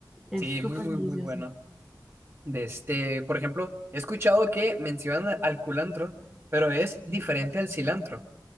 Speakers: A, in the centre; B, on the right.
A: Es
B: sí,
A: súper
B: muy, muy,
A: delicioso.
B: muy bueno. De este, por ejemplo, he escuchado que mencionan al culantro, pero es diferente al cilantro.